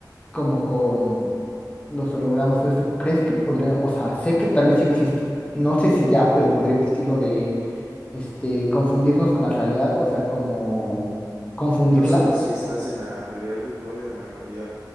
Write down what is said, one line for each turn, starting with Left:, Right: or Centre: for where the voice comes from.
Left: como con los hologramas o eso, ¿crees que podría, o sea, sé que tal vez sí existe, no sé si ya, pero podría existir lo de, este, confundirnos con la realidad, o sea, como confundirla?
Right: No sepa si estás en la realidad virtual o en la realidad